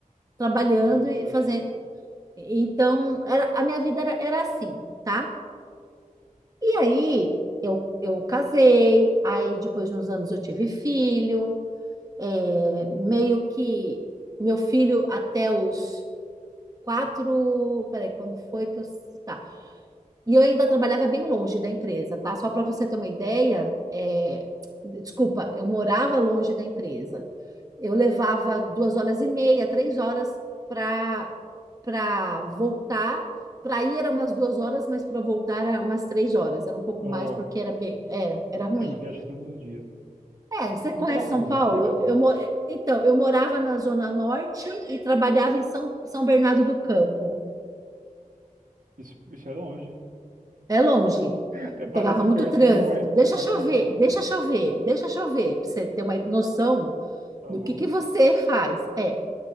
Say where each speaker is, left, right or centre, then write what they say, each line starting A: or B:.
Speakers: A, on the right; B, on the right.
A: trabalhando
B: Meu Deus.
A: e fazendo. Então, era, a minha vida era, era assim, tá? E aí eu, eu casei, aí depois de uns anos eu tive filho. É, Meio que meu filho até os quatro. Peraí, quando foi que eu. Tá. E eu ainda trabalhava bem longe da empresa, tá? Só para você ter uma ideia, é, desculpa, eu morava longe da empresa. Eu levava duas horas e meia, três horas para para voltar. Para ir eram umas duas horas, mas para voltar era umas três horas. Era um pouco
B: Uau,
A: mais porque era, bem- era, era
B: uma pequena
A: ruim.
B: viagem todos os dias.
A: É, você
B: Você
A: conhece
B: trabalhava
A: São
B: todos
A: Paulo?
B: os dias?
A: Eu, mo- então, eu morava na Zona Norte e trabalhava em São, São Bernardo do Campo.
B: Isso, isso é longe.
A: É longe.
B: <laughs> É,
A: Eu
B: parece
A: pegava muito
B: perto,
A: trânsito.
B: mas não é.
A: Deixa
B: Mas
A: chover,
B: não é perto.
A: deixa chover, deixa chover, para você ter uma noção
B: Tá
A: do
B: louco.
A: que que você faz. É.